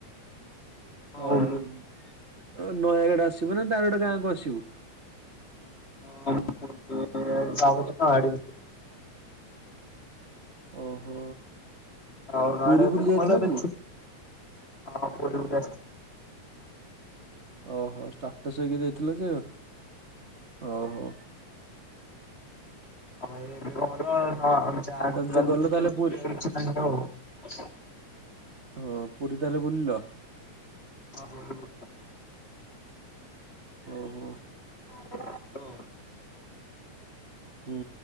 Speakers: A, on the left; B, on the right.
A: ଆଉ।
B: ହଁ ଅ ନୟାଗଡ଼ ଆସିବୁ ନାଁ ଡାଇରେକ୍ଟ୍ ଗାଁକୁ ଆସିବୁ?
A: ହଁ ଏ ଚାଉଦିନ ଆଡ଼ିମିଟି।
B: ଓହୋ।
A: ଆଉ ନୟାଗଡ଼
B: ପୁରୀ ବୁଲି
A: ଯଦି ମୁଁ
B: ଯାଇଥିଲ
A: ଗଲେ ଏବେ
B: କି?
A: ଛୁ ହଁ ପୁରୀ ବୁଲି ଆସିବା।
B: ଓହୋ ଷ୍ଟାଟସ୍ ହେଇକି ଦେଇଥିଲେ ଯେ ଓହୋ।
A: ଆମେ ଏବେ କଁ ହେଲା ହଁ ଆମେ ଗାଁ
B: ଆଉ ତାହେଲେ
A: ଭିତରୁ
B: ଗଲ
A: <unintelligible>
B: ତାହେଲେ ପୁରୀ
A: କେ କିଛି ନାହିଁ ଆଉ।
B: ହଁ ପୁରୀ ତାହେଲେ ବୁଲିଲ?
A: ହଁ ଭୋରୁ ଭୋରୁ।
B: ଓହୋ।
A: <inaudible> ଟୋ
B: ହୁଁ।